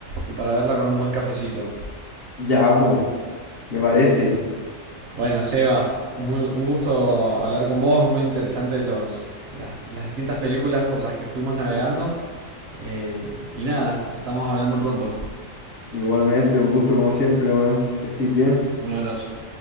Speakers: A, on the right; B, on the left.
A: y para verla con un buen cafecito.
B: Ya, po, me parece.
A: Bueno, Sebas, muy- un gusto hablar con vos, muy interesantes los, las, las distintas películas por las que fuimos navegando. Eh, y nada, estamos hablando pronto.
B: Igualmente, un gusto como siempre, weón. Que estés bien.
A: Un abrazo.